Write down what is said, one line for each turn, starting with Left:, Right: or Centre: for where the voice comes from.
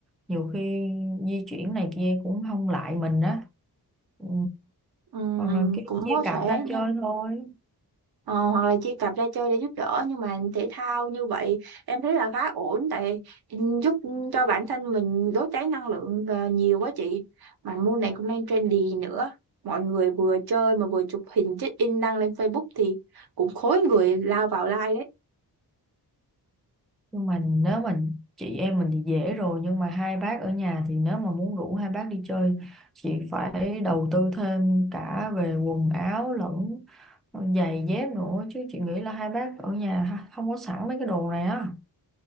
Centre: nhiều khi di chuyển này kia cũng không lại mình á. Ừ.
Right: Ừm,
Centre: Còn là cái
Right: cũng
Centre: chia
Right: có
Centre: cặp
Right: thể
Centre: ra
Right: nhưng
Centre: chơi thôi.
Right: Ờ, hoặc là chia cặp ra chơi để giúp đỡ nhưng mà thể thao như vậy em thấy là khá ổn tại giúp cho bản thân mình đốt cháy năng lượng ờ, nhiều quá chị mà môn này cũng đang trendy nữa mọi người vừa chơi mà vừa chụp hình check in đăng lên Facebook thì cũng khối người lao vào like đấy
Centre: Nhưng mà nếu mà chị em mình thì dễ rồi, nhưng mà hai bác ở nhà thì nếu mà muốn rủ hai bác đi chơi, chị phải đầu tư thêm cả về quần áo lẫn giày dép nữa, chứ chị nghĩ là hai bác ở nhà ha- không có sẵn mấy cái đồ này á.